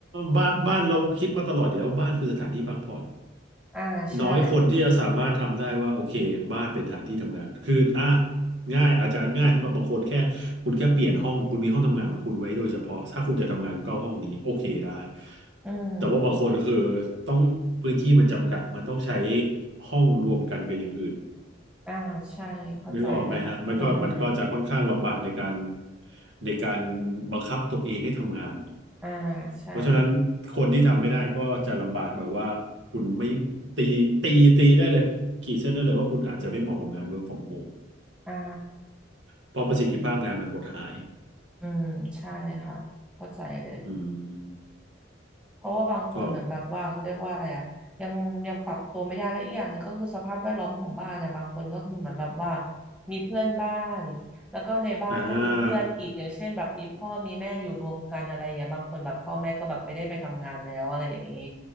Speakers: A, on the right; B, in the centre.
A: บ้านบ้านเราคิดมาตลอดอยู่แล้วว่าบ้านคือสถานที่พักผ่อน
B: อ่าใช่
A: น้อยคนที่จะสามารถทำได้ว่าโอเคบ้านเป็นฐานที่ทำงานคืออ่ะง่ายอาจจะง่ายสำหรับบางคนแค่คุณแค่เปลี่ยนห้องคุณมีห้องทำงานของคุณไว้โดยเฉพาะถ้าคุณจะทำงานคุณเข้าห้องนี้โอเคได้
B: อืม
A: แต่ว่าบางคนคือต้องพื้นที่มันจำกัดมันต้องใช้ห้องรวมกันกับอย่างอื่น
B: อ่าใช่เข้าใจเลยค่ะอืม
A: นึกออกไหมฮะมันก็มันก็จะค่อนข้างลำบากในการในการบังคับตัวเองให้ทำงาน
B: อ่าใช่
A: เพราะฉะนั้นคนที่ทำไม่ได้ก็จะลำบากหน่อยว่าคุณไม่ตีตีตีได้เลยขีดเส้นได้เลยว่าคุณอาจจะไม่เหมาะกับงาน work from home
B: อ่า
A: เพราะประสิทธิภาพงานมันหดหาย
B: อืมใช่ค่ะเข้าใจเลย
A: อืม
B: เพราะว่าบางคนเหมือนแบบว่าเขาเรียกว่าอะไรอ่ะยังยังปรับตัวไม่ได้และอีกอย่างหนึ่งก็คือสภาพแวดล้อมของบ้านนะบางคนก็คือเหมือนแบบว่า
A: ก็
B: มีเพื่อนบ้านแล้วก็ในบ้านก็มีเพื่อนอีกอย่างเช่นแบบมีพ่อมีแม่อยู่รวมกันอะไรอย่างเงี้ยบางคนแบบพ่อแม่ก็แบบไม่ได้ไปทำงานแล้วอะไรอย่างนี้
A: อ่า